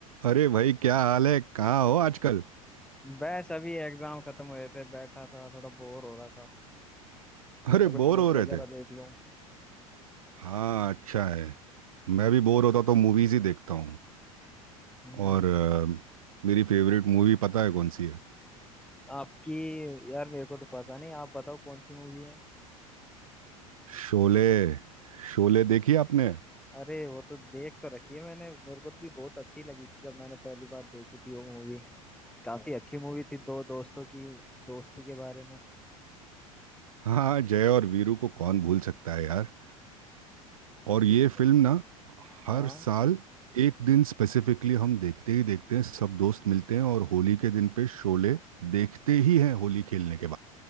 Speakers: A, on the right (about 75°); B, in the centre.
A: अरे भाई क्या हाल है कहाँ हो आजकल
B: बस अभी एग्जाम खत्म हुए थे बैठा था थोड़ा बोर हो रहा था सोचा
A: अरे
B: कोई
A: बोर
B: मूवी
A: हो रहे
B: वगैरह
A: थे
B: देख लूं
A: हाँ अच्छा है मैं भी बोर होता तो मूवीज ही देखता हूँ
B: हम्म,
A: और अ, मेरी फेवरेट मूवी पता है कौन सी है
B: आपकी यार मेरे को तो पता नहीं आप बताओ कौन सी मूवी है
A: शोले शोले देखी आपने
B: अरे वो तो देख तो रखी है मैंने मेरे को तो भी बहुत अच्छी लगी थी जब मैंने पहली बार देखी थी वो मूवी काफी अच्छी मूवी थी दो दोस्तों की दोस्ती के बारे में
A: हाँ जय और वीरू को कौन भूल सकता है यार और
B: बिल्कुल
A: ये फिल्म ना
B: हाँ
A: हर साल एक दिन स्पेसिफिकली हम देखते ही देखते हैं सब दोस्त मिलते हैं और होली के दिन पे शोले देखते ही हैं होली खेलने के